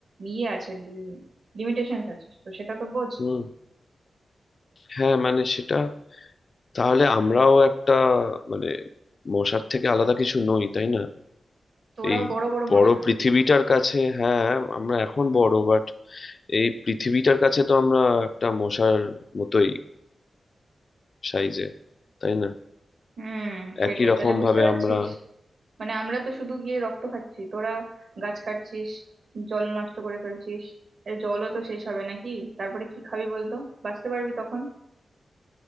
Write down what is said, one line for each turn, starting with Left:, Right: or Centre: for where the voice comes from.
Right: ইয়ে আছে লিমিটেশন আছে তো সেটা তো বোঝ
Left: হুম হ্যাঁ মানে সেটা তাহলে আমরাও একটা মানে মশার থেকে আলাদা কিছু নই তাই না
Right: তোরাও
Left: এই
Right: বড় বড়
Left: বড়
Right: মশা
Left: পৃথিবীটার কাছে হ্যাঁ আমরা এখন বড় বাট এই পৃথিবীটার কাছে তো আমরা একটা মশার মতোই সাইজে তাই না
Right: হুম সেটাই
Left: একই রকম
Right: তাহলে বুঝতে
Left: ভাবে
Right: পারছিস
Left: আমরা
Right: মানে আমরা তো শুধু গিয়ে রক্ত খাচ্ছি তোরা গাছ কাটছিস জল নষ্ট করে ফেলছিস এর জলও তো শেষ হবে নাকি তারপরে কি খাবি বলতো বাঁচতে পারবি তখন